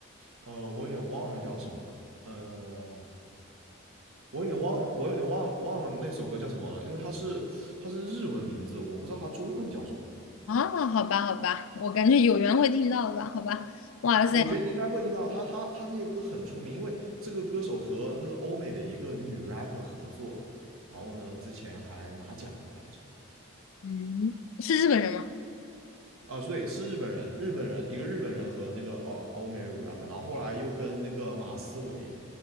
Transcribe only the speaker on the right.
呃，我有点忘了叫什么了，呃，我有点忘了，我有点忘忘了那首歌叫什么了，因为它是它是日文名字，我不知道它中文叫什么。
我觉得你应该会听到他，他他那些歌很出名，因为这个歌手和那个欧美的一个女 rapper 合作了，然后呢，之前还拿奖了来着。
啊，所以是日本人，日本人一个日本人和那个呃欧美 rapper，然后后来又跟那个马思唯